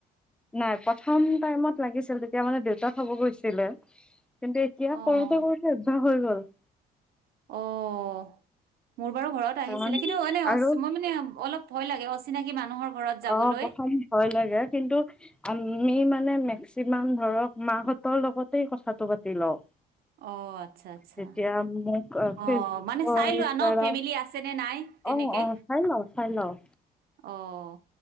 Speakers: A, in the centre; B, on the right.
A: নাই, প্ৰথম টাইমত লাগিছিল, তেতিয়া মানে দেউতা থ'ব গৈছিলে। কিন্তু এতিয়া
B: অ',
A: কৰোতে কৰোতে অভ্যাস হৈ গ'ল। <inaudible>
B: অ'। মোৰ বাৰু ঘৰত আহিছিলে,
A: কাৰণ
B: কিন্তু এনে
A: আৰু
B: মই মানে অলপ ভয় লাগে, অচি চিনাকি মানুহৰ ঘৰত যাবলৈ।
A: অ' প্ৰথম ভয় লাগে, কিন্তু আম আমি মানে মেক্সিমাম ধৰক মাহঁতৰ লগতেই কথাটো পাতি লওঁ।
B: অঁ আচ্ছা-আচ্ছা
A: তেতিয়া মোক
B: অঁ
A: ফেচবুকৰ
B: মানে চাই লোৱা ন,
A: দ্বাৰা
B: ফেমিলি আছে নে নাই, তেনেকে,
A: অ অ চাই লওঁ চাই লওঁ
B: অঁ।